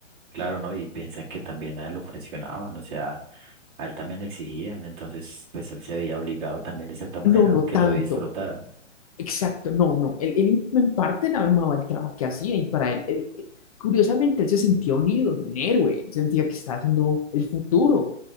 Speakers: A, on the right (about 40°); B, on the left (about 30°).
A: Claro, ¿no? Y piensan que también a él lo presionaban, o sea, a él también le exigían, entonces pues él se había obligado también de cierta manera,
B: No, no
A: aunque
B: tanto.
A: lo disfrutara.
B: Exacto, no, no, él, él en parte le amaba el trabajo que hacía y para él, él- él- curiosamente, él se sentía un ídolo, un héroe, él sentía que estaba haciendo el futuro